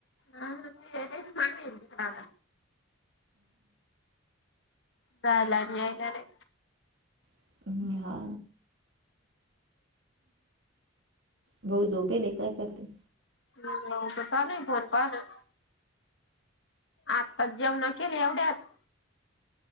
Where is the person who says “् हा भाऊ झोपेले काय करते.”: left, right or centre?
Right